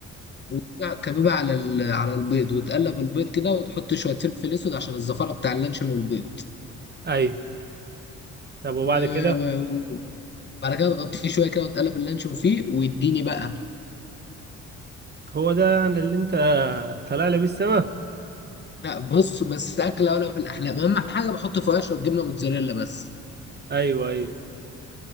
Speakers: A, on the left; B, on the right.
A: وترجع كبيبة على ال... على البيض وتقلب البيض كده وتحط شوية فلفل اسود عشان الزفارة بتاع اللانشون والبيض
B: ايوه طب وبعد
A: و-
B: كده
A: وبعد كده تغطيه شوية كده وتقلب اللانشون فيه ويديني بقى
B: هو ده يعني اللي انت طالع لي بيه السما
A: لا بص بس أكلة ولا في الأحلام أهم حاجة بحط فيها شوية جبنة موتزاريلا بس
B: ايوه ايوه